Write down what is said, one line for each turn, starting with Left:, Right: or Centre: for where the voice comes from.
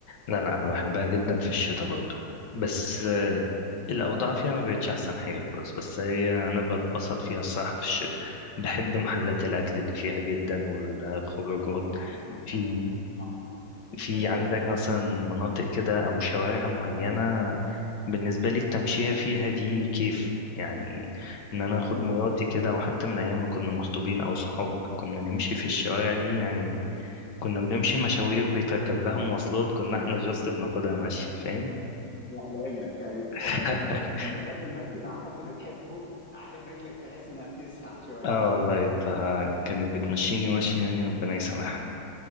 Left: لا لا انا بحبها جدا في الشتاء برضو بس آه، الاوضاع فيها ما بقتش احسن حاجه خلاص بس هي انا بتبسط فيها الصراحه في الشتاء بحب محلات الاكل اللي فيها جدا والخروجات
Centre: <laughs> وعلى اكل البيت،
Left: في
Centre: صح صح
Left: في
Centre: جامد
Left: عندك مثلا مناطق كده او شوارع معينه بالنسبه لي التمشيه فيها دي كيف يعني ان انا اخد
Centre: مم.
Left: مراتي كده وحتى من ايام ما كنا مخطوبين او صحاب كنا نمشي في الشوارع دي يعني كنا بنمشي مشاوير بيتركب لها مواصلات كنا احنا جاست بناخدها مشي فاهم
Centre: وعلى رجلك ايوه
Left: <laughs>
Centre: فاهم انت برضو المشي مع حد بتحبه عارف رجلك تحس انها بتسرح شويه
Left: اه والله فكانت بتمشيني مشي يعني ربنا يسامحها